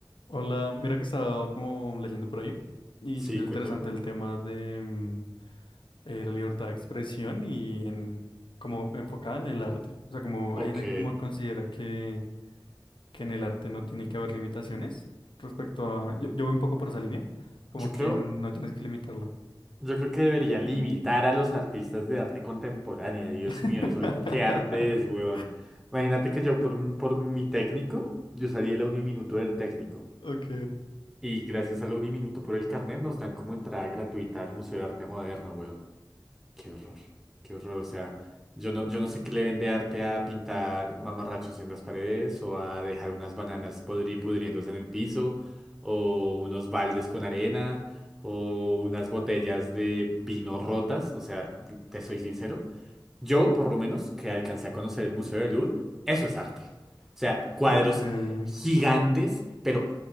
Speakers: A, on the left; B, in the centre.
A: Hola, mira que estaba como leyendo por ahí y
B: Sí,
A: se me hizo
B: cuéntame.
A: interesante el tema de mm, eh, la libertad de expresión y en, como enfocada en el arte. O sea, como
B: Ok.
A: hay gente que como que considera que, que en el arte no tiene que haber limitaciones respecto a... Yo, yo voy un poco por esa línea, como
B: Yo creo,
A: que no tienes que limitarlo.
B: yo creo que deberían limitar a los artistas de arte contemporánea. Dios
A: <laughs>
B: mío, eso qué arte es, weón. Imagínate que yo por, m- por mi técnico, yo salí el uniminuto del técnico.
A: Ok,
B: Y gracias al uniminuto por el carnet nos dan como entrada gratuita al Museo de Arte Moderno, weón. Qué horror, qué horror. O sea, yo no, yo no sé qué le vende arte a pintar mamarrachos en las paredes o a dejar unas bananas podri- pudriéndose en el piso o unos baldes con arena o unas botellas de vino rotas. O sea, te soy sincero, yo, por lo menos, que alcancé a conocer el Museo del Louvre, eso es arte. O sea, cuadros
A: ok.
B: gigantes, pero